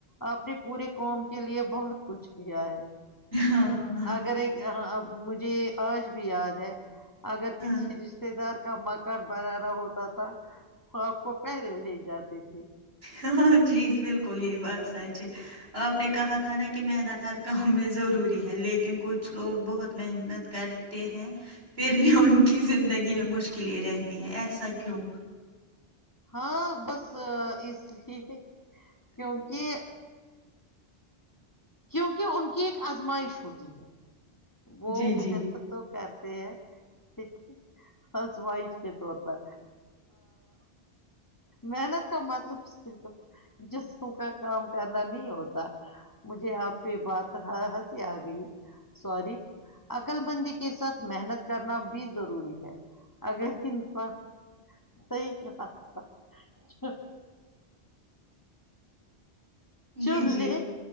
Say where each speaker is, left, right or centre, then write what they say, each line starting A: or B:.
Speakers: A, on the left (about 15°); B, on the right (about 65°).
A: آپ نے پورے قوم کے لیے بہت کچھ کیا ہے
B: ہاں, ہاں,
A: اگر ایک <inaudible> مجھے آج بھی یاد ہے اگر کسی
B: ہاں,
A: رشتے دار ٹمک <inaudible> بنانا ہوتا تھا وہ آپ کو پہرے لے جاتے تھے جھ <inaudible>
B: ہاں جی بالکل یہی بات آپ نے کہا تھا نا کہ محنت ہر کام میں ضروری ہے لیکن کچھ لوگ بہت محنت کرتے ہیں پھر بھی ان کی زندگی میں مشکلیں رہتی ہیں ایسا کیوں
A: ہاں بس اس لیے کیونکہ کیونکہ ان کی ایک آزمائش ہوتی ہے وہ
B: جی
A: محنت
B: جی
A: تو کر لیکنسواہش کے طور پر محنت کا مطلب جس کا کام کرنا نہیں ہوتا مجھے آپ کی بات ہسی آ گئی سوری عقل بندی کے ساتھ محنت کرنا بھی ضروری ہے اگر انسان صحیح چل
B: جی جی
A: د